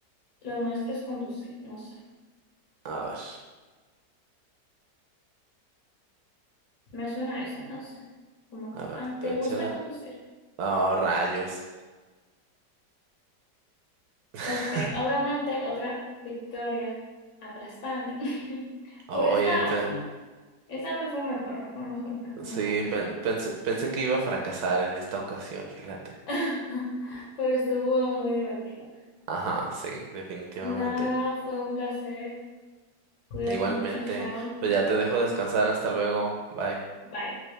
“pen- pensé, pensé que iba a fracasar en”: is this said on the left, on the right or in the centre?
Right